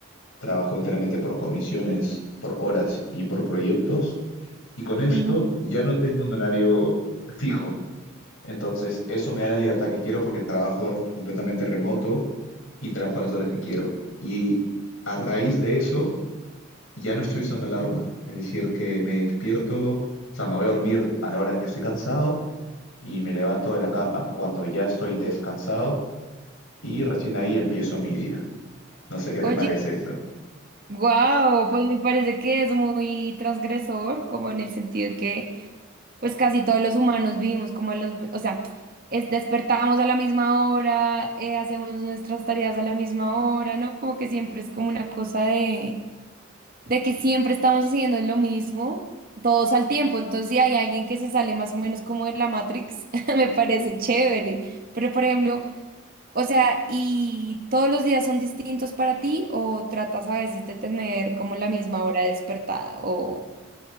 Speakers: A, on the left; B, on the right.
A: trabajo enteramente por comisiones, por horas y por proyectos. Y con esto
B: Ujú.
A: ya no tengo un horario fijo. Entonces, eso me da la libertad que quiero porque trabajo completamente remoto y trabajo a las horas que quiero. Y a raíz de eso, ya no estoy usando alarma. Es decir, que me despierto, o sea, me voy a dormir a la hora que estoy cansado y me levanto de la cama cuando ya estoy descansado y recién ahí empiezo mi día. No sé qué te
B: Oye,
A: parece eso.
B: wow, pues me parece que es muy transgresor, como en el sentido que Pues casi todos los humanos vivimos como los, o sea, es, despertamos a la misma hora, eh, hacemos nuestras tareas a la misma hora, ¿no? Como que siempre es como una cosa de, de que siempre estamos haciendo lo mismo, todos al tiempo. Entonces, si hay alguien que se sale más o menos como de la Matrix, <laughs> me parece chévere. Pero, por ejemplo, o sea, ¿y todos los días son distintos para ti o tratas a veces de tener como la misma hora despertada o...